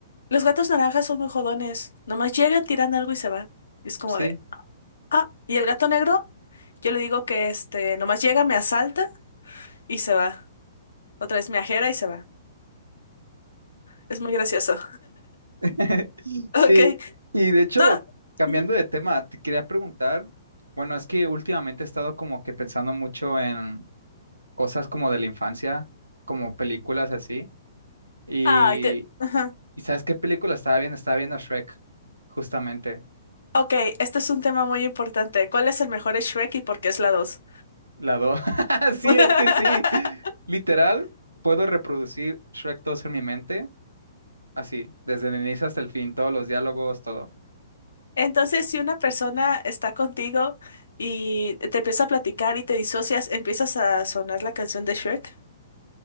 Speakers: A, on the left; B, on the right.
A: Los gatos naranjas son muy jodones, nomás llegan, tiran algo y se van. Y es como
B: Sí.
A: de, ah, y el gato negro, yo le digo que este, nomás llega, me asalta y se va. Otra vez me ajera y se va. Es muy gracioso.
B: <laughs>
A: Ok,
B: Sí. Y de hecho,
A: no.
B: cambiando
A: ujú.
B: de tema, te quería preguntar, bueno, es que últimamente he estado como que pensando mucho en cosas como de la infancia, como películas así. y
A: Ay, te... ajá.
B: ¿Y sabes qué película estaba viendo? Estaba viendo Shrek, justamente,
A: Ok, este es un tema muy importante. ¿Cuál es el mejor Shrek y por qué es la 2?
B: la dos <laughs> Sí,
A: <laughs>
B: es que sí. Literal, puedo reproducir Shrek dos en mi mente, así, desde el inicio hasta el fin, todos los diálogos, todo.
A: Entonces, si una persona está contigo y te empieza a platicar y te disocias, empiezas a sonar la canción de Shrek,